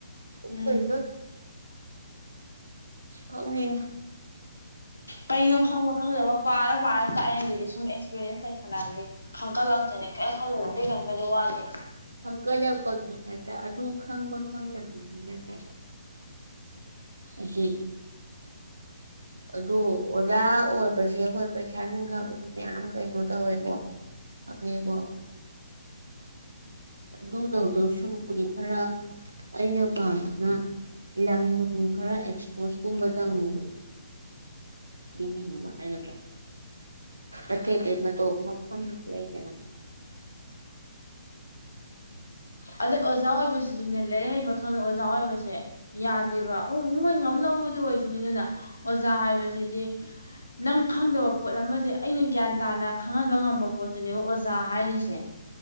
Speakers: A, on the right (about 80°); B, on the left (about 85°).
A: ꯑꯣꯏ꯫
B: ꯎꯝ
A: ꯈꯪꯗꯦ꯫
B: ꯀꯩꯅꯣ ꯈꯪꯕ ꯈꯪꯗꯕ ꯄꯥꯔ ꯄꯥꯔ ꯇ ꯑꯩ ꯑꯗꯨꯗꯤ ꯁꯨꯝ ꯑꯦꯛꯁꯄꯤꯔꯤꯌꯦꯦꯟꯁ ꯂꯩꯈꯠꯂꯛꯑꯗꯤ꯫ ꯍꯪꯀꯠꯂꯥꯛꯛꯇꯣꯏꯅꯦ ꯀꯔꯤꯝ ꯈꯜꯂꯅꯣ ꯑꯗꯨꯗꯤ ꯈꯛꯇꯁꯨ ꯋꯥꯁꯦ꯫
A: ꯑꯪꯀ ꯌꯥꯛꯄꯒꯤꯅꯦꯇꯥ ꯑꯗꯨ ꯈꯪꯕ ꯈꯪꯗꯕꯒꯤ ꯅꯠꯇꯕ꯫ ꯑꯗꯨꯗꯤ꯫ ꯑꯗꯨ ꯑꯣꯖꯥ ꯑꯣꯏꯕꯁꯦ ꯍꯣꯏ ꯄꯩꯁꯥ ꯅꯨꯡꯁꯥꯕꯒꯤ ꯃꯌꯥꯝ ꯀꯩꯅꯣ ꯇꯧꯋꯦꯕꯣ꯫ ꯑꯕꯃ꯫ ꯑꯗꯨ ꯇꯧꯗꯧ ꯁꯨꯛꯄꯨꯗꯤ ꯈꯔ ꯑꯩꯅ ꯄꯥꯝꯝꯕꯅ꯫ ꯌꯥꯝꯅꯨꯡ ꯈꯔ ꯑꯦꯛꯁꯄꯣꯁ ꯀꯨꯝꯕ ꯇꯝꯅꯤꯡꯕꯗꯣ꯫ ꯃꯤ ꯃ ꯍꯥꯏꯗ꯭ꯔ꯫ ꯑꯇꯩꯇꯩ ꯅ ꯃꯐꯝ ꯂꯩꯏꯗꯅ꯫
B: ꯑꯗꯩ ꯑꯣꯖꯥ ꯑꯣꯏꯕꯁꯤꯁꯨꯅꯦ ꯂꯥꯏꯔꯤꯛ ꯍꯩꯕꯜꯗ ꯑꯣꯖꯥ ꯑꯣꯏꯕꯁꯦ ꯌꯥꯗꯦꯕ꯫ ꯑꯣ ꯃꯣꯏ ꯉꯝꯅꯕꯕꯨꯗꯤ ꯑꯣꯏꯈꯤꯅꯤꯗꯅ ꯑꯣꯖꯥ ꯍꯥꯏꯕꯁꯤꯗꯤ꯫ ꯅꯪ ꯈꯪꯗꯕ ꯄꯣꯠ ꯑꯃꯁꯦ ꯑꯩꯅ ꯒ꯭ꯌꯥꯟ꯫ ꯇꯥꯅ ꯈꯪꯍꯟꯕ ꯉꯝꯕ ꯄꯣꯠꯇꯨꯅꯦꯕ ꯑꯣꯖꯥ ꯍꯥꯏꯔꯤꯁꯦ